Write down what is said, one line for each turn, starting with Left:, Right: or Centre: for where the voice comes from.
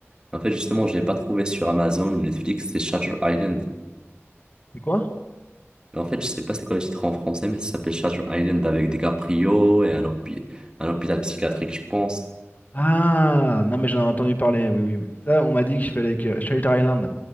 Right: En fait, justement, je l'ai pas trouvé sur Amazon ou Netflix, c'est Shutter Island.
Left: C'est quoi?
Right: Mais En fait, je sais pas c'est quoi le titre en français, mais ça s'appelle Shutter Island avec DiCaprio et un, hôpi- un hôpital psychiatrique, je pense.
Left: Ah, non, mais j'en ai entendu parler. Oui, oui. mais Ça, on m'a dit qu'il fallait que. Shutter Island.